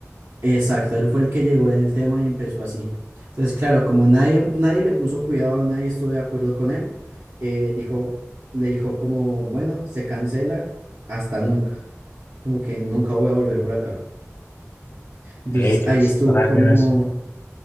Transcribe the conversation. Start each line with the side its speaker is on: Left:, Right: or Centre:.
Right: Exacto, él fue el que llegó en el tema y empezó así. Entonces, claro, como nadie, nadie le puso cuidado, nadie estuvo de acuerdo con él, eh, dijo, le dijo como, bueno, se cancela hasta nunca, como que nunca voy a volver por acá. Entonces
Left: Eh, qué
Right: ahí
Left: extraño
Right: estuvo como,
Left: eso.